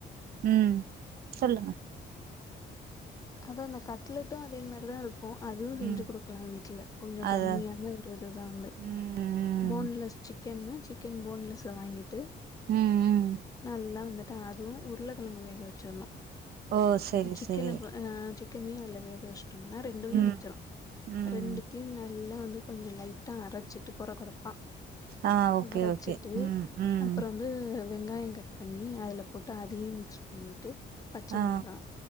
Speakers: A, on the right (about 60°); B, on the left (about 20°).
A: உ சொல்லுங்க
B: அதா அந்த கட்லெட்டு அதே மாரிதா இருக் அப்ப அதுவு செஞ்சு
A: ம்
B: குடுக்கலா வீட்ல கொஞ்ச
A: அதா
B: கம்மியான ஒரு இதுதா வந்து
A: ம் ம்
B: போன்லெஸ் சிக் கன்னா சிக்கன் போன்லெஸ்ஸ வாங்கிட்டு
A: ம் ம்
B: நல்லா வந்து அதுவு உருளைக்கிழங்கு வேக வச்சிரணு
A: ஓ செரி
B: சிக்கனப்ப
A: செரி
B: அ சிக் கனயு அல்ல வேகவச் டோம்னா ரெண்டு கிடைசிரு
A: ம் ம்
B: ரெண்டுத்தியு எல்லா வந்து கொஞ்ச லைட்டா அரச்சிட்டு கொற கொறப்பா
A: ஆ ஓகே
B: அரச்சிட்டு
A: ஓகே ம் ம்
B: அப்றோந்து வெங்காயோ கட் ப பண்ணி அதுல போட்டு அதயு மிக்ஸ் பண்ணிட்டு பச்ச
A: ஆ
B: முளகா